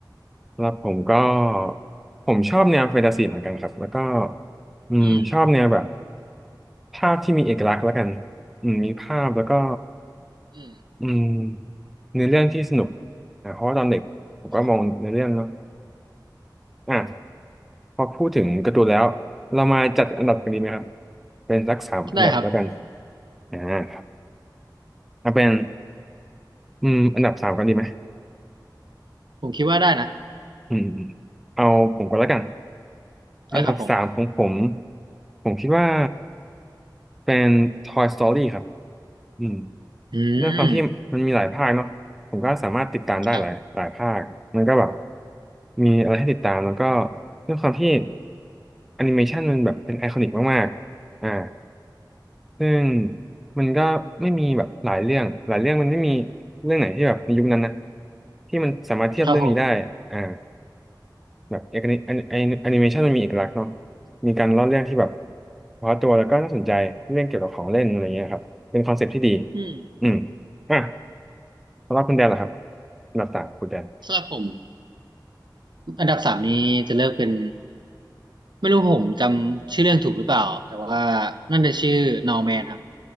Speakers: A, in the centre; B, on the right (about 70°).
A: แล้วผมก็ ผมชอบแนวแฟนตาซีเหมือนกันครับแล้วก็อืมชอบแนวแบบ
B: อืม
A: ภาพที่มีเอกลักษณ์แล้วกันอืมมีภาพแล้วก็
B: อืม
A: อืมเนื้อเรื่องที่สนุกอ่าเพราะว่าตอนเด็กผมก็มองเนื้อเรื่องเนาะ
B: ครับผม
A: อ่ะพอพูดถึงการ์ตูนแล้ว เรามาจัดอันดับกันดีไหมครับเป็นสักสามอันดับแล้วกัน
B: ได้ครับ
A: อ่าครับเอาเป็นอืมอันดับสามกันดีไหม
B: ผมคิดว่าได้นะ
A: อืมอืมเอาผมก่อนแล้วกัน
B: ได้ครับผม
A: อันดับสามของผมผมคิดว่า เป็น Toy Story ครับอืม
B: อืม
A: เรื่องความที่มันมีหลายภาคเนาะผมก็สามารถติดตามได้หลายหลายภาค
B: ครับผม
A: มันก็แบบมีอะไรให้ติดตามแล้วก็เรื่องความที่แอนิเมชันมันแบบเป็นไอคอนิกมากๆอ่าซึ่งมันก็ไม่มีแบบหลายเรื่องหลายเรื่องมันไม่มีเรื่องไหนที่แบบในยุคนั้นนะที่มันสามารถเทียบเรื่องนี้ได้อ่า
B: ครับผม
A: แบบเอกนิแอนิเมชันมันมีเอกลักษณ์เนาะมีการเล่าเรื่องที่แบบเฉพาะตัวแล้วก็น่าสนใจเรื่องเกี่ยวกับของเล่นอะไรเงี้ยครับเป็นคอนเซ็ปต์ที่ดี
B: อืม
A: อืมอ่ะสำหรับคุณแดนเหรอครับอันดับสามคุณแดน
B: สำหรับผมอันดับสามนี้จะเลือกเป็น ไม่รู้ผมจำชื่อเรื่องถูกหรือเปล่า แต่ว่านั่นจะชื่อ Norman ครับ